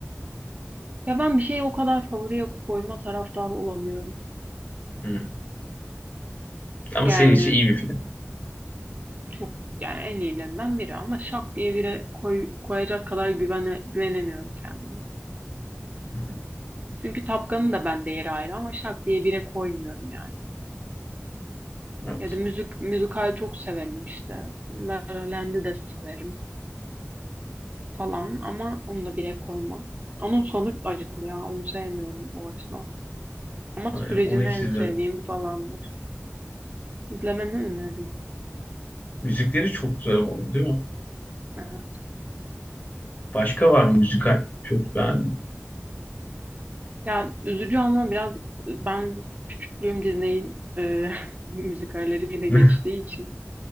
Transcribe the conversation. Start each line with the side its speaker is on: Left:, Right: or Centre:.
Right: Ya ben bir şeyi o kadar favoriye koyma taraftarı olamıyorum.
Left: Hmm. Ama
Right: Yani
Left: senin için iyi bir film.
Right: çok yani en iyilerinden biri ama şak diye biri koy, koyacak kadar güvene, güvenemiyorum kendime.
Left: Hı hı,
Right: Çünkü Tapkan'ın da bende yeri ayrı ama şak diye bire koymuyorum yani.
Left: Evet.
Right: Ya da müzik müzikal çok severim işte. La La Land'i de severim falan ama onu da bire koymam. Onun sonu acıklı ya. Onu sevmiyorum o açıdan. Ama
Left: Öyle.
Right: sürecini
Left: Onu hiç
Right: en
Left: izlemedim.
Right: sevdiğim falandır. İzlemeni öneririm.
Left: Müzikleri çok güzel oldu değil mi?
Right: Aha.
Left: Başka var mı müzikal? Çok beğendim.
Right: Ya üzücü ama biraz ben Bloom Disney'in e, <laughs> müzikalleriyle
Left: <laughs>
Right: geçtiği
Left: Hı
Right: için